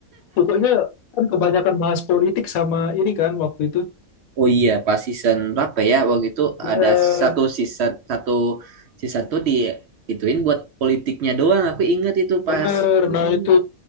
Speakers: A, on the left (about 75°); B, on the right (about 65°).
A: Pokoknya kan kebanyakan bahas politik sama ini kan waktu itu.
B: Oh iya, pas season berapa ya? Waktu itu
A: ya
B: ada satu season satu season tuh di ituin buat politiknya doang. Aku inget itu pas.
A: bener.
B: Mm-mm.
A: Nah itu